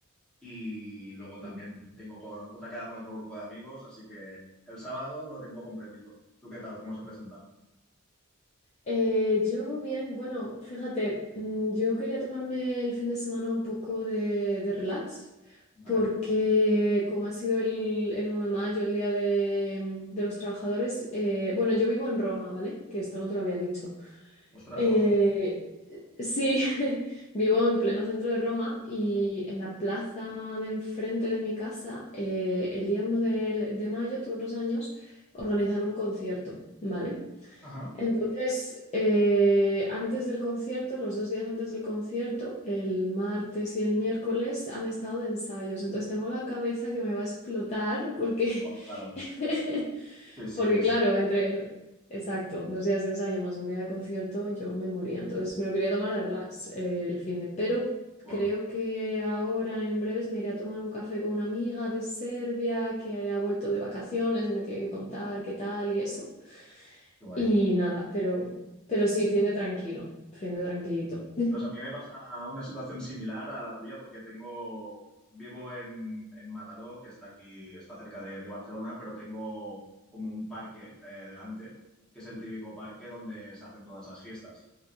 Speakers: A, in the centre; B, on the left.
A: Y luego
B: Ujú.
A: también tengo con- otra queda con otro grupo de amigos, así que el sábado lo tengo completito. ¿Tú qué tal? ¿Cómo se presenta?
B: Eh, yo bien, bueno, fíjate, mm, yo quería tomarme el fin de semana un poco de, de relax
A: ¿Vale?
B: porque como ha sido el, el uno de mayo, el Día de, mm, de los Trabajadores, eh, bueno, yo vivo en Roma, ¿vale? Que esto no te lo había dicho.
A: Ostras,
B: Eh,
A: no lo sabía.
B: sí, <laughs> vivo en pleno centro de Roma y en la plaza de enfrente de mi casa, eh, el día uno de, de mayo, todos los años, organizan un concierto, ¿vale?
A: Ajá.
B: Entonces, eh, antes del concierto, los dos días antes del concierto, el martes y el miércoles han estado de ensayos. Entonces tengo la cabeza que me va a explotar porque,
A: Buah, claro.
B: <laughs>
A: Sí, sí,
B: porque
A: es.
B: claro, entre, lo- exacto, dos días de ensayo más un día de concierto, yo me moría. Entonces me lo quería tomar de relax eh, el fin de, pero
A: Buah,
B: creo que ahora en breves me iré a tomar un café con una amiga de Serbia que ha vuelto de vacaciones y me tiene que contar qué tal y eso.
A: qué guay.
B: Y nada, pero, pero sí, fin de tranquilo, fin de tranquilito. <laughs>
A: Pues a mí me pasa una situación similar a la tuya porque tengo, vivo en, en Mataró, que está aquí, está cerca de, de Barcelona, pero tengo como un parque eh, delante, que es el típico parque donde se hacen todas las fiestas.